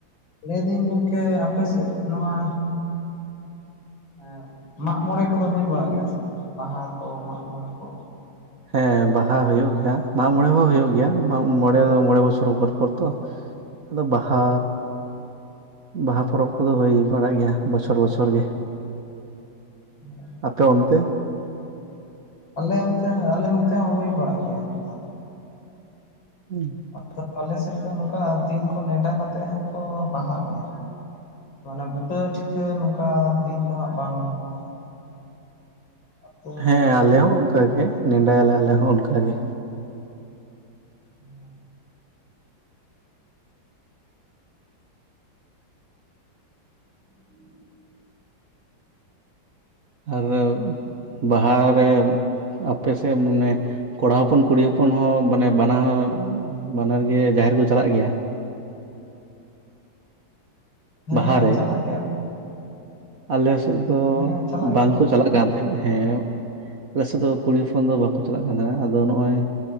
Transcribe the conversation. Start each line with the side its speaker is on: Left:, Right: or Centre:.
Left: ᱞᱟᱹᱭ ᱫᱟᱹᱧ ᱜᱚᱢᱠᱮ ᱟᱯᱮ ᱥᱮᱫ ᱱᱚᱣᱟ ᱦᱮᱸ ᱢᱟᱜᱽᱢᱚᱬᱮ ᱠᱚᱫᱚ ᱦᱩᱭ ᱵᱟᱲᱟᱜ ᱜᱮᱭᱟ ᱥᱮ ᱵᱟᱝ ᱵᱟᱦᱟ ᱠᱚ ᱢᱟᱜᱽᱢᱚᱬᱮ ᱠᱚ
Right: ᱦᱮᱸ ᱵᱟᱦᱟ ᱦᱩᱭᱩᱜ ᱜᱮᱭᱟ ᱢᱟᱜᱽᱢᱚᱬᱮ ᱦᱚᱸ ᱦᱩᱭᱩᱜ ᱜᱮᱭᱟ ᱢᱟᱜ ᱢᱚᱬᱮ ᱢᱚᱬᱮ ᱵᱚᱪᱷᱚᱨ ᱨᱚᱜᱚᱲ ᱯᱚᱲ ᱛᱚ ᱟᱫᱚ ᱵᱟᱦᱟ ᱵᱟᱦᱟ ᱯᱚᱨᱚᱵᱽ ᱠᱚᱫᱚ ᱦᱩᱭ ᱵᱟᱲᱟᱜ ᱜᱮᱭᱟ ᱵᱚᱪᱷᱚᱨ ᱵᱚᱪᱷᱚᱨ ᱜᱮ
Left: <unintelligible>
Right: ᱟᱯᱮ ᱚᱱᱛᱮ
Left: ᱟᱞᱮ ᱚᱱᱛᱮ ᱟᱞᱮ ᱱᱚᱛᱮ ᱦᱚᱸ ᱦᱩᱭ ᱵᱟᱲᱟᱜ ᱜᱮᱭᱟ ᱱᱚᱝᱠᱟ
Right: ᱦᱩᱸ
Left: ᱟᱫᱚ ᱟᱞᱮ ᱥᱮᱫ ᱫᱚ ᱱᱚᱝᱠᱟ ᱫᱤᱱ ᱠᱚ ᱱᱮᱰᱟ ᱠᱟᱛᱮᱜ ᱦᱟᱸᱜ ᱠᱚ ᱵᱟᱦᱟᱜ ᱜᱮᱭᱟ ᱢᱟᱱᱮ ᱵᱩᱴᱟᱹ ᱴᱷᱤᱠᱟᱹ ᱱᱚᱝᱠᱟ ᱫᱤᱱ ᱫᱚ ᱦᱟᱸᱜ ᱵᱟᱝ ᱛᱟᱦᱮᱸᱱ ᱾ ᱚ
Right: ᱦᱮᱸ ᱟᱞᱮ ᱦᱚᱸ ᱚᱱᱠᱟ ᱜᱮ ᱱᱮᱸᱰᱟᱭᱟᱞᱮ ᱟᱞᱮ ᱦᱚᱸ ᱚᱱᱠᱟᱜᱮ
Left: <inaudible> <inaudible>
Right: ᱟᱨᱚ ᱵᱟᱦᱟᱨᱮ ᱟᱯᱮ ᱥᱮᱜ ᱢᱟᱱᱮ ᱠᱚᱲᱟ ᱦᱚᱯᱚᱱ ᱠᱩᱲᱤ ᱦᱚᱯᱚᱱ ᱦᱚᱸ ᱵᱟᱱᱮ ᱵᱟᱱᱟᱦᱚᱨ ᱵᱟᱱᱟᱨ ᱜᱮ ᱡᱟᱦᱮᱨ ᱠᱚ ᱪᱟᱞᱟᱜ ᱜᱮᱭᱟ ᱾
Left: ᱦᱮᱸ
Right: ᱵᱟᱦᱟ ᱨᱮ
Left: ᱪᱟᱞᱟᱜ ᱜᱮᱭᱟ
Right: ᱟᱞᱮ ᱥᱮᱫ ᱫᱚ
Left: ᱦᱮᱸ ᱪᱟᱞᱟᱜ ᱜᱮᱭᱟ
Right: ᱵᱟᱝᱠᱚ
Left: ᱠᱚ
Right: ᱪᱟᱞᱟᱜ ᱠᱟᱱ ᱛᱟᱦᱮᱱᱟ ᱦᱮᱸ ᱟᱞᱮ ᱥᱮᱫ ᱫᱚ ᱠᱩᱲᱤ ᱦᱚᱯᱚᱱ ᱫᱚ ᱵᱟᱠᱚ ᱪᱟᱞᱟᱜ ᱠᱟᱱ ᱛᱟᱦᱮᱱᱟ ᱟᱫᱚ ᱱᱚᱜᱼᱚᱭ